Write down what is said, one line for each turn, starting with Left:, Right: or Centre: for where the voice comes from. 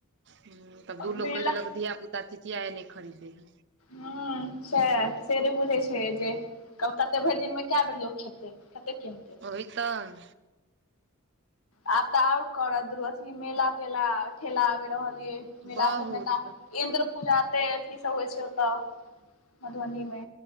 Right: हम्म तब दू लोक
Left: मेला
Right: कैह देलक धियापुता चिचिया है नै खरीदै -
Left: हँ साएह सँ नहि बुझै‌ छै जँ कते भैर दिनमे कऽ बेर लोक खेतै। कते किनते।
Right: ओहि तऽ
Left: आब तऽ और करत दू अथि मेला- ठेला ठेला आबे रहल यै मेला
Right: बहुत
Left: सब मे तऽ इन्द्र पूजा- ओतेय अथी सब होइ छै ओतऽ मधुबनी मे